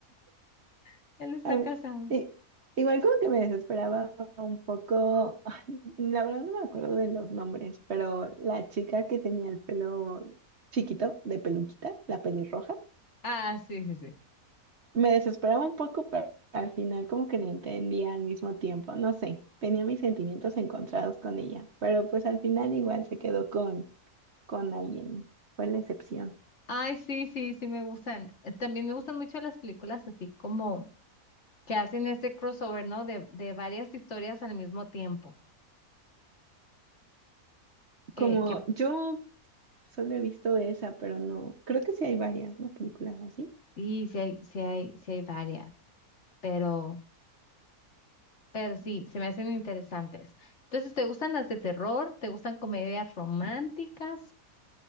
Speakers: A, on the left (about 50°); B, on the right (about 50°).
A: <laughs> Él está
B: A
A: casado.
B: i- Igual como que me desesperaba un poco, <laughs> la verdad no me acuerdo de los nombres, pero la chica que tenía el pelo chiquito, de peluquita, la pelirroja.
A: Ah, sí, sí, sí.
B: Me desesperaba un poco, pero al final como que la entendía al mismo tiempo. No sé, tenía mis sentimientos encontrados con ella, pero pues al final igual se quedó con, con alguien. Fue la excepción.
A: Ay, sí, sí, sí me gustan. Eh, También me gustan mucho las películas así como que hacen este crossover, ¿no? De, de varias historias al mismo tiempo. Que,
B: Como
A: que
B: yo solo he visto esa, pero no, creo que sí hay varias, ¿no? Películas así.
A: sí, sí hay, sí hay, sí hay varias, pero, pero sí, se me hacen interesantes. Entonces, ¿te gustan las de terror? ¿Te gustan comedias románticas?